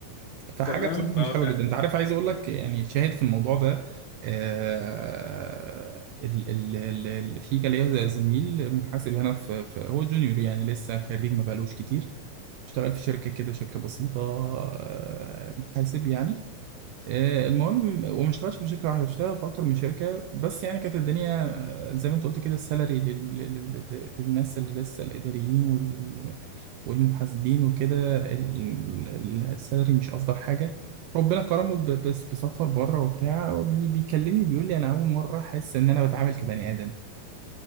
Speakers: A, on the right; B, on the left.
A: فحاجه
B: تمام
A: بصراحه
B: ف
A: مش حلوه
B: ف-
A: جدا انت عارف عايز اقول لك يعني شاهد في الموضوع ده آه ال ال ال ال في كان ليا زميل محاسب هنا في, في هو جونيور يعني لسه خريج ما بقالوش كتير اشتغل في شركه كده شركه بسيطه آه محاسب يعني آه، المهم وما اشتغلتش في شركه واحده اشتغل في اكتر من شركه بس يعني كانت الدنيا آه، زي ما انت قلت كده السالري لل- لل- لل- للناس اللي لسه الاداريين وال- وال- والمحاسبين وكده ال- ال- السالري مش افضل حاجه ربنا كرمه ب- بس بسفر بره وبتاع بي- بيكلمني بيقول لي انا اول مره احس ان انا بتعامل كبني ادم